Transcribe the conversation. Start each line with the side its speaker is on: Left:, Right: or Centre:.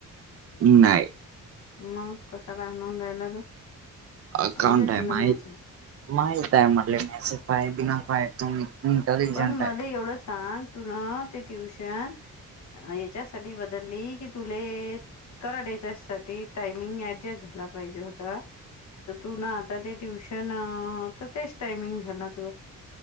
Right: नाही
Left: मग कसा काय म्हून राहिला तो
Right: अकाउंट
Left: म्हणजे
Right: आहे
Left: तुला
Right: माही
Left: मॅच
Right: माहित आहे म्हटले मॅसेज काय बिना काय तुम्ही इंटेलिजंट
Left: पण मला
Right: आहे
Left: एवढं सांग तु ते ट्युशन याच्यासाठी बदलली की तुले कराडच्यासाठी टायमिंग ऍडजस्ट झाला पाहिजे होता तर तू ना आता ते ट्युशन तर तेच टायमिंग झाला तू